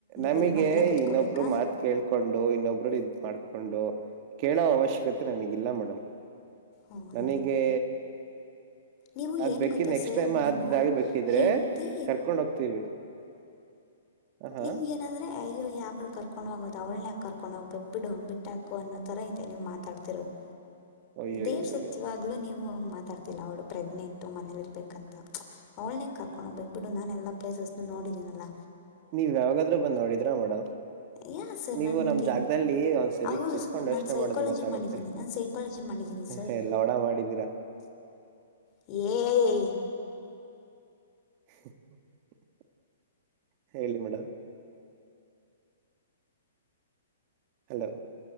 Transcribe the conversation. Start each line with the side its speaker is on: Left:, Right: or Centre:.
Right: ನಮಗೆ
Left: ಬರೀ ಮನೆಯಲ್ಲೇ ಕೂತ್ಕೋಬೇಕಾ
Right: ಇನ್ನೊಬ್ರು ಮಾತ್ ಕೇಳ್ಕೊಂಡು ಇನ್ನೊಬ್ರು ಇದ್ ಮಾಡ್ಕೊಂಡು ಕೇಳೋ ಅವಶ್ಯಕತೆ ನನಗಿಲ್ಲ ಮೇಡಮ್
Left: ಓ ಹಾಗೆ
Right: ನನಗೆ
Left: ನೀವು
Right: ಅದ್
Left: ಏನು
Right: ಬೇಕಿದ
Left: ಗೊತ್ತಾ
Right: ನೆಕ್ಸ್ಟ್
Left: ಸರ್
Right: ಟೈಮ್
Left: ನೀವು
Right: ಅದಾಗ ಬೇಕಿದ್ರೆ
Left: ಹೆಂಡತಿ
Right: ಕರ್ಕೊಂಡ ಹೋಗ್ತೀವಿ ಹಾ
Left: ನಿಮಗ ಏನಂದ್ರೆ ಕೈ್ಯ ಯಾವಾಗಳ ಕರ್ಕೊಂಡು ಹೋಗೋದು ಅವ್ಳನೇಾಕಿ ಕರ್ಕೊಂಡು ಹೋಗ್ಬೇಕು ಬಿಡು ಬಿಟ್ಟುಾಕು ಅನ್ನೋ ಥರ ಇದೆ ನಿಮ್ ಮಾತಾಡ್ತಿರೋದು
Right: ಅಯ್ಯೋಯ್ಯೋಯ್ಯೋ
Left: ದೇವ್ ಸತ್ಯವಾಗ್ಲುೂ ನೀವು ಮಾತಾಡ್ತಿಲ್ಲ ಅವಳು ಪ್ರೆಗ್ನೆಂಟ್ ಮನೇಲಿರ್ಬೇಕ ಅಂತ ಅವ್ಳೇ ಕರ್ಕೊಂಡ್ಗ್ ಬಿಡು ನ ಎಲ್ಲ ಪ್ಲೇಸಸ್ ನೋಡಿದೀನಲ್ಲ
Right: ನೀವ್ ಯಾವಾಗಾದ್ರೂ ಬಂದ್ ನೋಡಿದ್ರಾ ಮೇಡಮ್
Left: ಯಾ ಸರ್
Right: ನೀವು
Left: ನನಗೆ
Right: ನಮ್ ಜಾಗದಲ್ಲಿ ಒಂದ್ಸರಿ
Left: ಹೌದು
Right: ಕೂತ್ಕೊಂಡ್
Left: ಸರ್
Right: ಯೋಚನೆ
Left: ನಾನು ಸೈಕಾಲಜಿ
Right: ಮಾಡಿದ್ರೆ ಗೊತ್ತಾಗುತ್ತೆ
Left: ಮಾಡಿದ್ದೀನಿ ನಾನು ಸೈಕಾಲಜಿ ಮಾಡಿದ್ದೀನಿ
Right: ಹ
Left: ಸರ್
Right: ಎ ಲವಣ ಮಾಡಿದ್ದೀರಾ
Left: ಏ
Right: <inaudible> ಹೇಳಿ ಮೇಡಮ್ ಹಲೋ